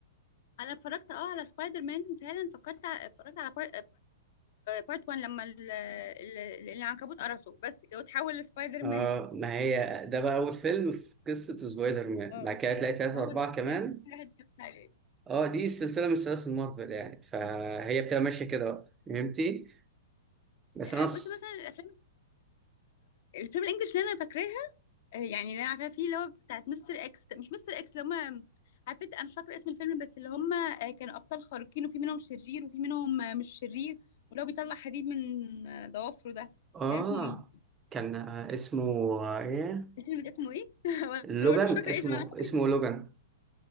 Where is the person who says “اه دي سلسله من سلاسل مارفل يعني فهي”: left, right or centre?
Right